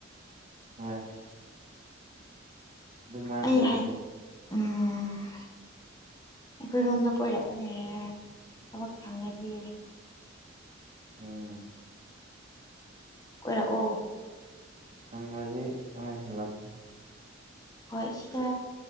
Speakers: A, on the right; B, on the left.
A: <unintelligible> ꯗꯨꯝꯃꯥꯏꯅ
B: ꯑꯩ
A: ꯇꯧꯕꯅꯦ
B: ꯍꯌꯦꯡ ꯎꯝ ꯑꯩꯈꯣꯏꯔꯣꯝꯗ ꯀꯣꯏꯔꯛꯑꯣꯅꯦ ꯊꯕꯛ ꯁꯪꯉꯗꯤ
A: ꯎꯝ
B: ꯀꯣꯏꯔꯛꯑꯣ
A: ꯁꯪꯉꯗꯤ ꯅ‌ꯣꯏꯁꯨ ꯂꯛꯀ‌ꯦ
B: ꯍꯣꯏ ꯁꯤꯗ